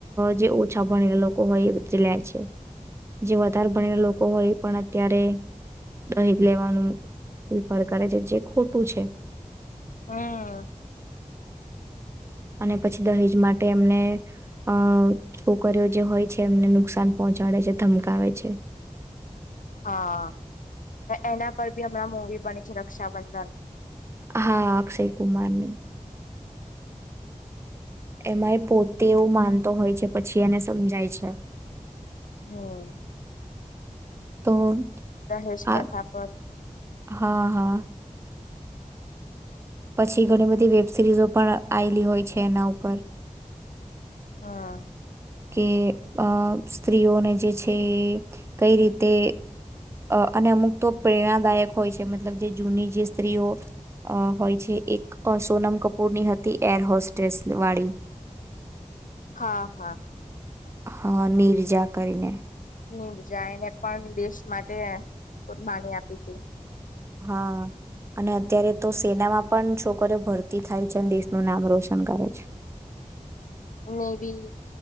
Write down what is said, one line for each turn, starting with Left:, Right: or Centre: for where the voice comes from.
Right: જે ઓછા ભણેલા લોકો હોય એ લે છે જે વધારે ભણેલા લોકો હોય એ પણ અત્યારે દહીજ લેવાનું પ્રિફર કરે છે જે ખોટું છે.
Left: હમ.
Right: અને પછી દહેજ માટે એમને અ છોકરીઓ જે હોય છે એમને નુકસાન પહોંચાડે છે ધમકાવે છે.
Left: હા. એના પર બી હમણાં મૂવી બની છે રક્ષાબંધન.
Right: હા અક્ષય કુમારની. એમાં એ પોતે એવું માનતો હોય છે પછી એને સમજાય છે.
Left: હમ્મ
Right: તો
Left: દહેશ પ્રથા
Right: આ
Left: પર
Right: હા હા પછી ઘણી બધી વેબ સિરીઝો પણ આવેલી હોય છે એના ઉપર
Left: હા
Right: કે અ સ્ત્રીઓને જે છે કઈ રીતે અ અને અમુક તો પ્રેરણાદાયક હોય છે મતલબ જે જૂની જે સ્ત્રીઓ અ હોય છે એક સોનમ કપૂરની હતી એર હોસ્ટેસ વાળી
Left: હા હા
Right: હા નીર્જા કરીને
Left: નીરજાયે ને પણ દેશ માટે કરબાની આપી હતી
Right: હા અને અત્યારે તો સેનામાં પણ છોકરીઓ ભરતી થાય છે અને દેશનું નામ રોશન કરે છે
Left: નેવી